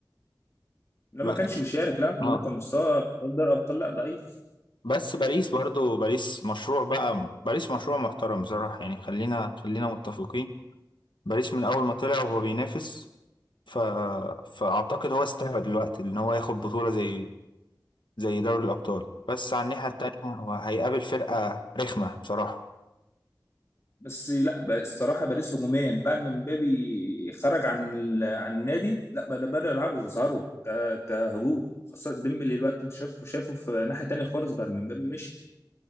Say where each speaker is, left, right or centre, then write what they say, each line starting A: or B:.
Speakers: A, on the left; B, on the left.
A: لما
B: بس
A: كانش بيشارك لا برقم
B: اه
A: مستوى في دوري ابطال لا ضعيف
B: بس باريس برضو باريس مشروع بقى باريس مشروع محترم بصراحة يعني خلينا خلينا متفقين باريس من أول ما طلع وهو بينافس ف... فأعتقد هو استوعب دلوقتي إن هو ياخد بطولة زي زي دوري الأبطال بس على الناحية التانية هو هيقابل فرقة رخمة بصراحة
A: بس لا ب- الصراحه باريس هجوميا بعد ما مبابي خرج عن ال- عن النادي لا بد- بداوا يلعبوا يظهروا ك- كهجوم خاصه ديمبلي الوقت انت شايفه شايفه في ناحيه تانية خالص بعد ما مبابي مشي